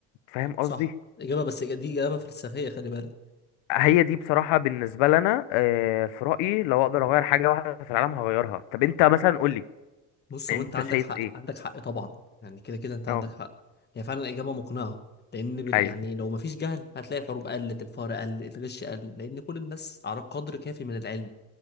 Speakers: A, on the left; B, on the left.
A: فاهم قصدي
B: صح إجابة بس دي إجابة فلسفية خلي بالك
A: هي دي بصراحة بالنسبة لنا آه، في رأيي لو اقدر اغير حاجة واحدة في العالم هغيرها طب انت مثلا قولي
B: بص
A: انت
B: هو انت عندك
A: شايف
B: حق
A: ايه
B: عندك حق طبعا يعني كده كده انت عندك
A: اه
B: حق هي فعلا اجابه مقنعه لان بال...
A: ايوه
B: يعني لو مفيش جهل هتلاقي الحروب قلت الفقر قل الغش قل لان كل الناس على قدر كافي من العلم